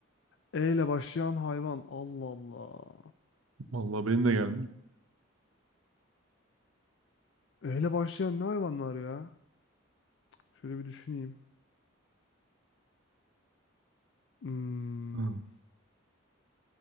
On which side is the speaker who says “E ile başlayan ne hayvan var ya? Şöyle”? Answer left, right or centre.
Left